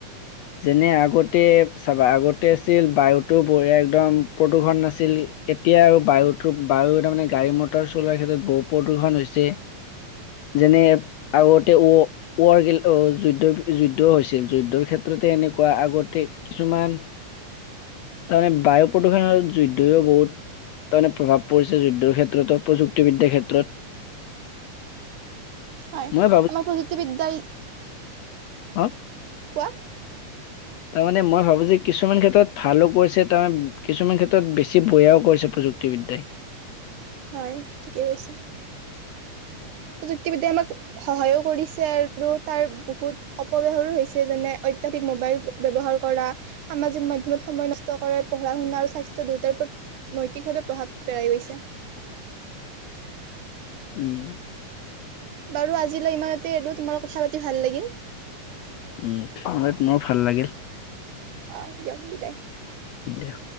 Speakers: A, on the left; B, on the right.
A: যেনে আগতে, চাবা আগতে আছিল বায়ুটো বঢ়িয়া একদম প্ৰদূৰ্ষণ নাছিল। এতিয়া আৰু বায়ুটো বায়ু তাৰমানে গাড়ী মটৰ চলোৱাৰ ক্ষেত্ৰত বহু প্ৰদূষন হৈছে, যেনে আগতে ৱ-ৱৰগিল যুদ্ধ যুদ্ধও হৈছিল, যুদ্ধৰ ক্ষেত তে এনেকুৱা, আগতে কিছুমান তাৰমানে বায়ু প্ৰদূষণ লগত যুদ্ধইও বহুত, তাৰমানে প্ৰভাৱ পৰিছে যুদ্ধৰ ক্ষেত্ৰতো প্ৰযুক্তিবিদ্যাৰ ক্ষেত্ৰত।
B: হয়,
A: মই
B: আমাৰ প্ৰযুক্তিবিদ্যাই
A: হা
B: কোৱা?
A: তাৰমানে মই ভাবো যে, কিছুমান ক্ষেত্ৰত ভালো কৰিছে তাৰ মানে, কিছুমান ক্ষেত্ৰত বেছি বয়াও কৰিছে প্ৰযুক্তিবিদ্যয়াই।
B: হয়, ঠিকে কৈছে। প্ৰযুক্তিবিদ্যাই আমাক সহায়ো কৰিছে আৰু তাৰ বহুত অপব্যৱহাৰো হৈছে। যেনে অত্যধিক মোবাইল ব্যৱহাৰ কৰা, সামাজিক মাধ্যমত সময় নষ্ট কৰে, পঢ়া শুনা আৰু স্বাস্থ্য দুয়টাৰ পৰা নৈতিকভাৱে প্ৰভাৱ পেলাই গৈছে।
A: উম।
B: বাৰু আজিলৈ ইমানতে এৰো, তোমাৰ লগত কথা পাতি ভাল লাগিল।
A: উম, তোমাৰ ভাল লাগিল
B: অ যাব বিদাই
A: দিয়া